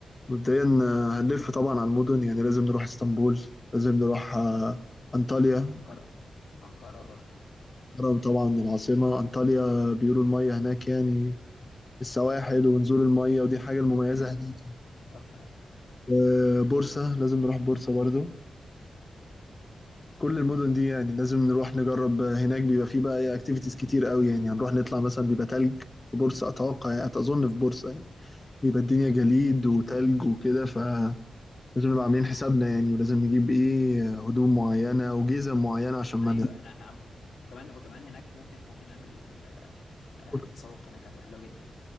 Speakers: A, on the left; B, on the left.
A: مبدئيا آه، هنلف طبعا على المدن يعني لازم نروح اسطنبول لازم نروح آه انطاليا
B: أنقرة أنقرة برضو
A: الهرم طبعا العاصمة انطاليا بيقولوا المية هناك يعني السواحل ونزول المية ودي حاجة المميزة
B: ايوه
A: هناك
B: تحفة أيوة
A: آه، بورصة لازم نروح بورصة برضو كل المدن دي يعني لازم نروح نجرب هناك بيبقى فيه بقى اكتيفيتيز كتير قوي يعني هنروح نطلع مثلا بيبقى تلج في بورصة اتوقع يعني اظن في بورصة يعني بيبقى الدنيا جليد وتلج وكده فلازم نبقى عاملين حسابنا يعني ولازم نجيب ايه هدوم معينة وجزم معينة عشان ما
B: ايوه احنا احنا عم- وكمان وكمان هناك ممكن ممكن نعمل آه، آه،
A: نتفوت
B: نتسوق هناك هتبقى حلوه جدا